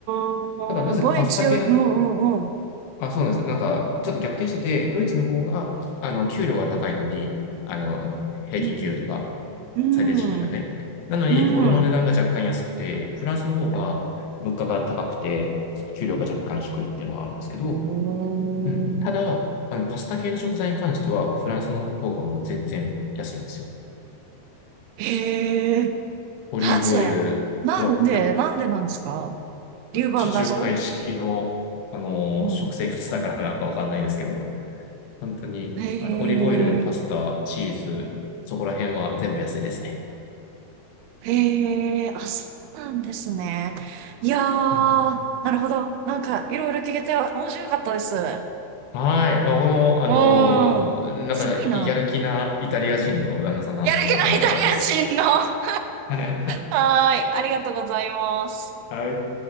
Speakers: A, on the right; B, on the left.
A: ん
B: ただ、なぜかパスタ系の、
A: うん。ボイチより、うんうんうん。
B: あ、そうなんです。なんか、ちょっと逆転してて、ドイツの方が、あの、給料が高いのに、あの、平均給料とか、
A: うん。うん。
B: 最低賃金がね。なのに、
A: うん。
B: 物の値段が若干安くて、フランスの方が物価が高くて、給料が若干低いっていうのはあるんですけど、
A: うん。
B: うん。ただ、あの、パスタ系の食材に関しては、フランスの方がもう全然安いんですよ。
A: へえ。
B: オリーブオイル、
A: なぜなんで、
B: よ、
A: なんでなんですか龍馬謎
B: 地中海式の、あの、
A: うん。
B: 食生活だからなのかわかんないですけど、本当に、
A: へ
B: あの、オリーブオイル、パスタ、
A: え。
B: チーズ、そこら辺は全部安いですね。
A: へえ、あ、そうなんですね。いやー、
B: うん。
A: なるほど。なんか、いろいろ聞けて面白かったです。う
B: はい。あ、僕も、あのーなんか、
A: ーん。すごいな。
B: やる気なイタリア人の旦那さんの話聞けて面白かったです。
A: やる気のイタリア人の。<laughs> は
B: はい。
A: ーい。ありがとうございます。
B: はい。